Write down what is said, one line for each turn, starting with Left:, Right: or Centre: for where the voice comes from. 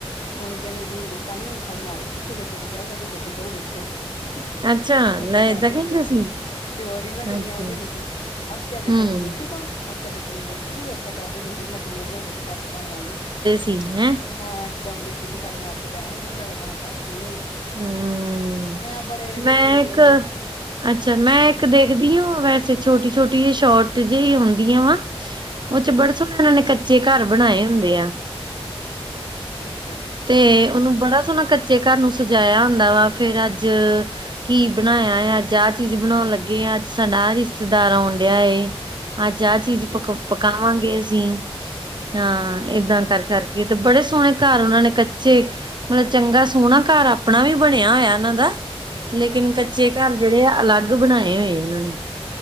Left: ਹੁਣ ਕਹਿੰਦੇ- ਤੁਸੀਂ ਹਿੰਦੁਸਤਾਨੀ ਹੁਣ ਸਾਡੇ ਨਾਟਕ ਕਿੱਥੋਂ ਵੇਖੋਗੇ? ਜਾਓ, ਜਾਂ ਕੇ ਗੋਪੀ ਬਹੂ ਵੇਖੋ! ਇਸ
Right: ਅੱਛਾ
Left: ਤਰ੍ਹਾਂ
Right: ਲੈ
Left: ਕਰਦਿਆਂ
Right: ਏਦਾਂ ਕਹਿੰਦੇ
Left: ਹੁੰਦੀਆਂ ਸੀਗੀਆਂ।
Right: ਸੀ
Left: ਤੇ ਉਹ ਰੀਲਾਂ ਕਿੰਨੀਆਂ
Right: ਅੱਛਾ
Left: ਆਉਂਦੀਆਂ ਹੁੰਦੀਆ ਸੀ, ਅਬ ਕਿਆ ਦੇਖੋਗੇ-
Right: ਹੂੰ
Left: ਗੋਪੀ ਬਹੂ? ਅਬ ਕਿਆ ਦੇਖੋਗੇ? ਗੋਪੀ ਬਹੂ! ਇਸ ਤ੍ਹਾਂ ਕਰਦੇ, ਰੀਲਾ ਕਿੰਨੀਆ ਬਣਾਉਂਦੇ ਸੀ ਪਾਕਿਸਤਾਨ ਵਾਲੇ!
Right: ਹਮ ਹਮ।
Left: ਹਾਂ, ਚੌਟੜੇ ਸੀ ਵੀ ਸਾਡੇ ਨਾਟਕ ਬਹਿਣ ਹੋ ਗਏ, ਹੁਣ ਤੁਹਾਡਾ ਟਾਈਮ-ਪਾਸ ਕਿਵੇਂ ਹੋਊਗਾ?
Right: ਹਮ!
Left: ਮੈਂ ਬੜੇ ਵੇਂਦੀ
Right: ਮੈਂ
Left: ਰਹੀ
Right: ਇੱਕ,
Left: ਇਹਨੂੰ
Right: ਅੱਛਾ, ਮੈਂ
Left: ਹੂੰ
Right: ਇੱਕ ਦੇਖ ਵੈਸੇ, ਛੋਟੀ-ਛੋਟੀ ਜੀ ਸ਼ੋਰਟ ਜਿਹੀ ਹੁੰਦੀਆ ਵਾ ਉਹਦੇ 'ਚ ਬੜੇ ਸੋਹਣੇ
Left: ਅੱਛਾ,
Right: ਉਹਨਾਂ ਨੇ ਕੇ ਕੱਚੇ ਘਰ ਬਣਾਏ ਹੁੰਦੇ ਆ।
Left: ਅੱਛਾ!
Right: ਤੇ ਉਹਨੂੰ ਬੜਾ ਸੋਹਣਾ ਕੱਚੇ ਘਰ ਨੂੰ ਸਜਾਇਆ ਹੁੰਦਾ ਵਾ। ਫੇਰ ਅੱਜ ਕੀ ਬਣਾਇਆ ਹੈ? ਅੱਜ ਆਹ ਚੀਜ਼ ਬਣਾਉਣ ਲੱਗੇ ਆ। ਅੱਜ ਸਾਡਾ ਏ ਰਿਸ਼ਤੇਦਾਰ ਆਉਣ ਡਿਆ ਐ। ਅੱਜ ਆਹ ਚੀਜ਼
Left: ਅੱਛਾ
Right: ਪਕਾ ਪਕਾਵਾਂਗੇ ਅਸੀਂ, ਹਾਂ।
Left: ਹੂੰ
Right: ਏਦਾਂ ਕਰ-ਕਰ। ਤੇ ਬੜੇ ਸੋਹਣੇ ਘਰ ਉਹਨਾਂ ਨੇ ਕੱਚੇ ਮਤਲਬ, ਚੰਗਾ ਸੋਹਣਾ ਘਰ ਆਪਣਾ ਵੀ ਬਣਿਆ ਹੋਇਆ ਇਹਨਾਂ ਦਾ, ਲੇਕਿਨ
Left: ਅੱਛਾ
Right: ਕੱਚੇ ਘਰ ਜਿਹੜੇ ਆ, ਅਲੱਗ ਬਣਾਏ ਹੋਏ। ਇਹਨਾਂ ਨੇ